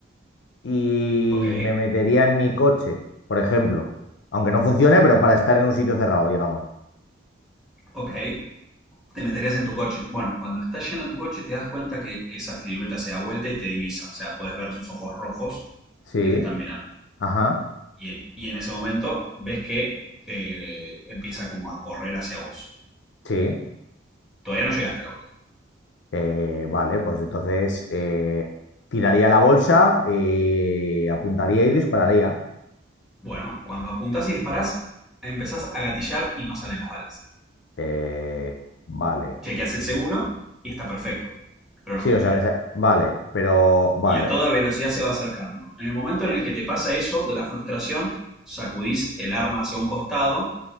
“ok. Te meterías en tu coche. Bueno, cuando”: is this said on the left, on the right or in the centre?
Centre